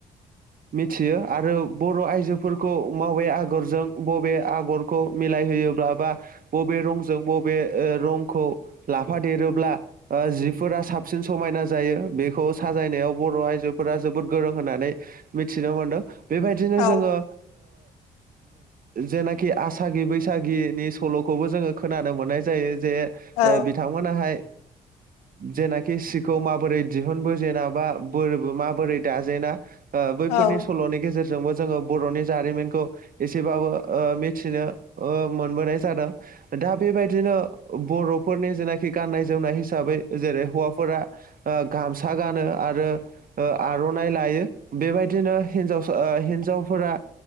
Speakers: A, on the right (about 45°); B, on the left (about 75°).
A: मिथियो आरो। बर' आइजोफोरखौ मावे आगरजों बबे आगरखौ मिलायहोयोब्ला बा बबे रंजों बबे रंखौ लाफादेरोब्ला जिफोरा साबसिन समायना जायो बेखौ साजायनायाव बर' आइजोफोरा जोबोद गोरों होननानै। मिथिनो मोनदों बेबायदिनो
B: औ
A: जोङो। जेनाखि आसागि बैसागिनि सल'खौबो जोङो खोनानो मोननाय जायो जे
B: औ
A: बिथांमोनाहाय जेनाखि सिखौ माबोरै दिहुनबोजेना बा बोरबो माबोरै दाजेना। बैफोरनि
B: औ
A: सल'नि गेजेरजोंबो जोङो बर'नि जारिमिनखौ। एसेबाबो ओ मिथिनो ओ मोनबोनाय जादों नोंथाङा बेबायदिनो बर'फोरनि जेनाखि गाननाय जोमनाय हिसाबै जेरै हौवाफोरा ओ गामसा गानो आरो आर'नाइ लायो बेबायदिनो हिनजाव ओ हिनजावफोरा